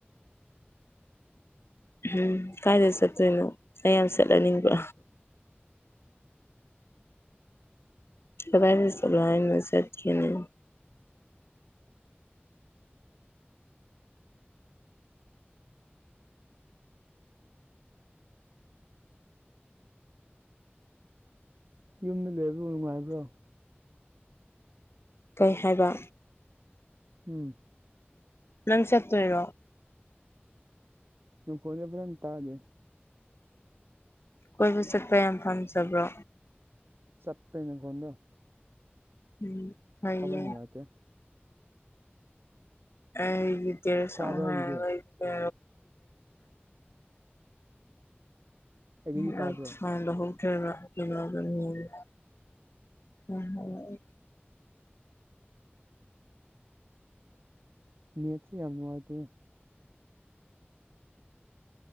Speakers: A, on the left; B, on the right.
A: ꯎꯝ ꯀꯥꯏꯗ ꯆꯠꯇꯣꯏꯅꯣ ꯀꯌꯥꯝ ꯁꯦꯠꯂꯅꯤꯡꯕ ꯆꯒꯥꯥꯏꯅ ꯁ ꯂꯟ ꯃꯁꯠꯈꯤꯅ
B: ꯌꯨꯝꯗ ꯂꯩꯕꯗꯨ ꯅꯨꯡꯉꯥꯏꯕ꯭ꯔꯣ
A: ꯀꯩ ꯍꯥꯏꯕ
B: ꯎꯝ
A: ꯅꯪ ꯆꯠꯇꯣꯏꯔꯣ
B: ꯁꯅꯣꯈꯣꯜꯦ ꯐꯖꯅ ꯇꯥꯗꯦ
A: ꯀꯣꯏꯕ ꯆꯠꯄ ꯌꯥꯝ ꯄꯥꯝꯖꯕ꯭ꯔꯣ
B: ꯆꯠꯄꯅ ꯀꯣꯟꯗꯣ
A: ꯎꯝ ꯐꯌꯦ
B: ꯅꯨꯡꯉꯥꯏꯇꯦ
A: ꯑꯩ ꯀꯔ ꯁꯉ
B: ꯇꯥꯕ꯭ꯔꯥ ꯑꯩꯒꯤꯗꯤ
A: ꯂꯩꯗ
B: ꯑꯩꯒꯤꯗꯤ
A: <unintelligible>
B: ꯇꯥꯕ꯭ꯔꯣ
A: <unintelligible>
B: ꯅꯦꯠꯁꯦ ꯌꯥꯝ ꯅꯨꯡꯉꯥꯏꯇꯦ